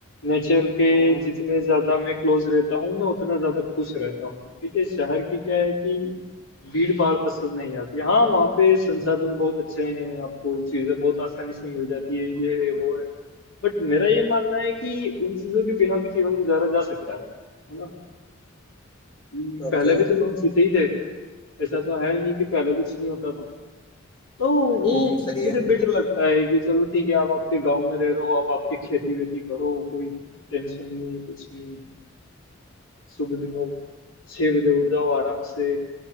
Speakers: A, on the left (about 75°); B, on the left (about 25°).
A: नेचर के
B: हम्म
A: जितने ज्यादा मैं क्लोज रहता हूँ मैं उतना ज्यादा खुश रहता हूँ ठीक है शहर की क्या है कि भीड़ भाड़ पसंद नहीं आती हाँ वहाँ पे संसाधन बहुत अच्छे हैं आपको चीजें बहुत आसानी से मिल जाती है ये है वो है बट मेरा ये मानना है कि उन चीजों के बिना भी जीवन गुजारा जा सकता है है ना हम्म,
B: ओके
A: पहले भी तो लोग जीते ही थे ऐसा तो है नहीं कि पहले कुछ नहीं होता था तो वो
B: हम्म सही
A: मुझे
B: है
A: बेटर लगता है कि चलो ठीक है आप आपके गांव में रह रहे हो आप आपकी खेती वेती करो कोई टेंशन नहीं कुछ नहीं सुबह दिनों छह बजे उठ जाओ आराम से